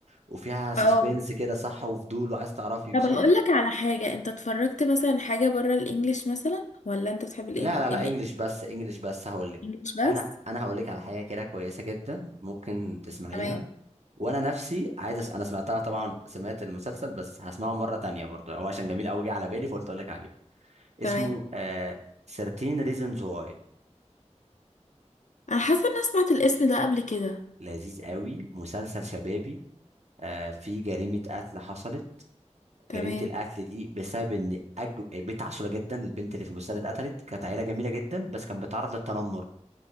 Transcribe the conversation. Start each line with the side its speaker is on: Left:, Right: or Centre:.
Right: وفيها سسبنس
Left: اه
Right: كده صح وفضول وعايز تعرفي
Left: طب
Right: صح
Left: هقول لك على حاجة انت اتفرجت مثلا حاجة بره الانجليش مثلا ولا انت بتحب الإن-
Right: لا لا لا انجلش بس انجلش بس هقول لك
Left: الانجليش بس
Right: انا انا هقول لك على حاجه كده كويسه جدا ممكن تسمعيها
Left: تمام
Right: وانا نفسي عايز أس... انا سمعتها طبعا سمعت المسلسل بس هسمعه مره تانية برضو هو عشان جميل قوي جه على بالي فقلت اقول لك عليه اسمه
Left: تمام
Right: آه... 13 reasons why
Left: انا حاسة ان انا سمعت الاسم ده قبل كده
Right: لذيذ قوي مسلسل شبابي آه... في جريمه قتل حصلت
Left: تمام
Right: جريمة القتل دي بسبب إن أج... بنت عسولة جدا البنت اللي في المسلسل اتقتلت كانت عيلة جميلة جدا بس كانت بتعرض للتنمر